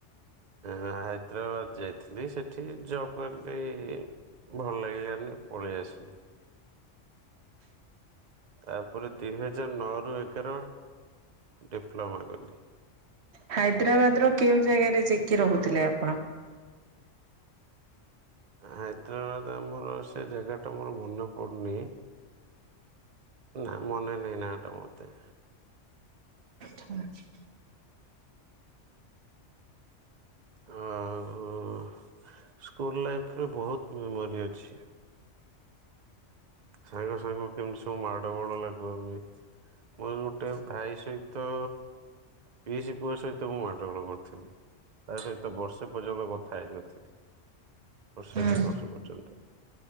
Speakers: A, on the right; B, on the right.
A: ହାଇଦ୍ରାବାଦ ଯାଇଥିଲି, ସେଠି ଜବ୍ କଲି। ଭଲ ଲାଗିଲାନି ପଳେଇ ଆସିଲି। ତାପରେ ଦୁଇ ହଜାର ନଅ ରୁ ଏଗାର ଡିପ୍ଲୋମା କଲି।
B: ହାଇଦ୍ରାବାଦ ର କେଉଁ ଜାଗାରେ ଯାଇକି ରହୁଥିଲେ ଆପଣ?
A: ହାଇଦ୍ରାବାଦ ଆମର ସେ ଜାଗା ଟା ମୋର ମନେ ପଡୁନି। ନା, ମନେ ନେଇ ନା ଟା ମୋତେ।
B: <inaudible>
A: ହଁ, ହୁଁ-ଉ, ସ୍କୁଲ ଲାଇଫ୍ ରେ ବହୁତ ମେମୋରି ଅଛି। ସାଙ୍ଗ ସାଙ୍ଗ କେମିତି ସବୁ ମାଡ଼ ଗୋଳ ଲାଗୁ ଆମେ। ମୋର ଗୋଟେ ଭାଇ ସହିତ ପିଇସି ପୁଅ ସହିତ ମୁଁ ମାଡ଼ ଗୋଳ କରିଥିଲି। ତା ସହିତ ବର୍ଷେ ପର୍ଯ୍ୟନ୍ତ କଥା ହେଇନଥିଲି। ବର୍ଷେ,
B: ହୁଁ
A: ଦୁଇ ବର୍ଷ ପଯ୍ୟନ୍ତ